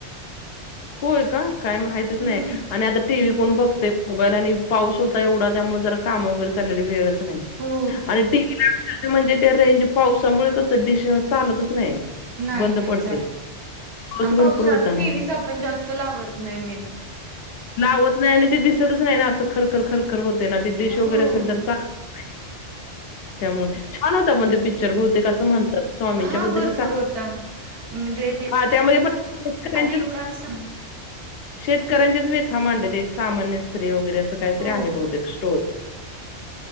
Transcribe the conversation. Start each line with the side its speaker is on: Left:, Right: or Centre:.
Left: होय का काय माहितच
Right: हम्म
Left: नाही आणि आता टी व्ही कोण बघते. मोबाईल आणि पाऊस होता एवढा त्यामुळे जरा काम वगैरे चालेली वेळच नाही
Right: हो
Left: आणि टीव्हीला म्हणजे त्या रेंज पावसामुळे कसं डिश चालतच नाही.
Right: नाही
Left: बंद
Right: नाही
Left: पडते.
Right: चाले
Left: पाऊस भरपूर
Right: पावसात
Left: होता ना.
Right: टीव्हीचा आपण जास्त लावत नाही मी
Left: लावत नाही आणि ते दिसतच नाही ना असं खरखर खरखर होते ना ती डिश वगैरे
Right: हो.
Left: असेल तर चालत नाही. त्यामुळे छान होता पण ते पिक्चर बोवते कसं म्हणत. स्वामींच्या
Right: हा
Left: बद्दलच
Right: भरपूर
Left: आहे
Right: होता म्हणजे
Left: हा त्यामध्ये पण
Right: आधी एवढा नाही स
Left: शेतकऱ्यांच्याच व्यथा मांडलेत एक सामान्य स्त्री वगैरे असं काहीतरी
Right: हो.
Left: आहे बहुतेक स्टोर